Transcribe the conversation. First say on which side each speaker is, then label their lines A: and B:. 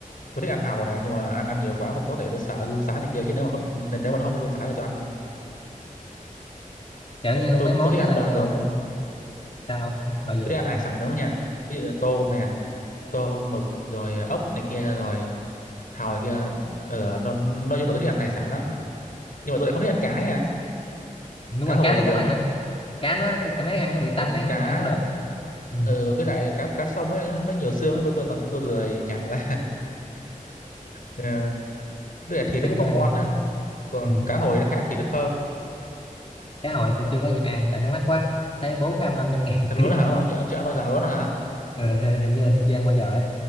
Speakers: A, on the left; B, on the left.
A: tôi thích ăn hàu này nhưng mà ăn ăn nhiều quá không tốt tại vì tôi sợ run sán này kia chứ nếu mà không, nên nếu mà nó không có run sán thì tôi ăn
B: kiểu như
A: tôi
B: mấy món
A: tôi thích
B: như
A: ăn
B: là
A: đồ đồ
B: sao không đồ gì
A: Tôi đi ăn hải sản đúng không nha ví dụ như tôm này tôm mực rồi ốc này kia rồi hàu này kia ờ nó, nói chung là tôi thích ăn hải sản lắm nhưng mà tôi lại không thích ăn cá nha
B: đúng
A: cá
B: rồi
A: hồi
B: cá tôi
A: thì được
B: cũng ăn nè cá nó tôi cảm thấy ăn nó bị tanh
A: còn
B: ấy
A: cá
B: tôi ăn không được ừ.
A: ờ với lại cá cá sông ấy nó nhiều xương ấy, tôi tôi là tôi, tôi lười nhằn ra <laughs> Ờ, với lại thịt
B: mấy
A: nó cũng
B: kiểu
A: không
B: ăn
A: ngon nữa còn
B: ừ.
A: cá hồi nó khác thì nó thơm
B: cá hồi tôi chưa có dịp ăn tại nó mắc quá thấy bốn trăm năm trăm ngàn một
A: thật
B: ký
A: luôn đó hả ông, chưa- ông chưa ăn bao giờ luôn đó hả
B: ừ, hình hình như là tôi chưa ăn bao giờ ấy